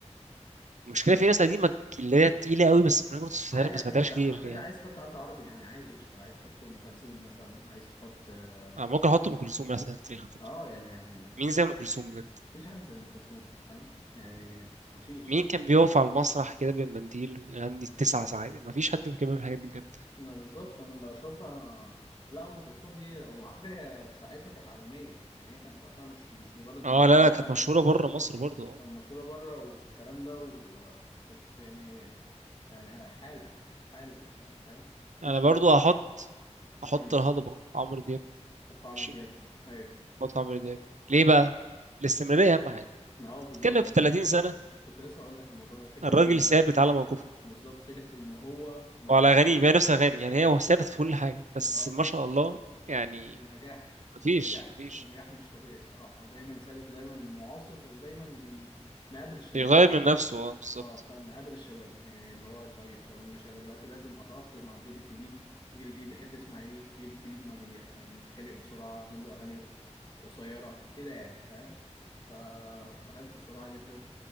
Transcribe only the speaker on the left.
عادي
على
فكره انت
على فكره
عايز تحط حد عربي يعني عادي قشطه عايز تحط ام كلثوم مثلا عايز تحط اه
آه، يعني ما-
مفيش حد زي ام كلثوم فاهم يعني مفيش
انا بالظبط انا بشوفها لا ام كلثوم دي وعلى فكره هي في ساعتها كانت عالميه يعني هي كان في وقتها مش مش مجرد
ان هي
محل
كان
مشهوره بره والكلام ده وكانت يعني يعني حاله حاله لوحدها فاهم مفيش
حاجه
امم
حط عمرو
دياب ايوه
عمرو
ما هو بالظبط
كده.
كنت
كنت لسه اقول لك الموضوع ده فكره
ان
بالظبط فكره ان هو ما
اه
نجاح
نجاح
نجاح مش طبيعي الصراحه دايما ثابت ودايما معاصر ودايما بي... مقابل الشباب
اه فاهم مقابل الشباب يعني اللي هو طيب تمام ماشي انا دلوقتي لازم اتاقلم مع الجيل الجديد الجيل الجديد بيحب يسمع ايه الجيل الجديد ما بي... بيتخنق بسرعه اعمل له اغاني قصيره كده يعني فاهم فبحبه الصراحه جدا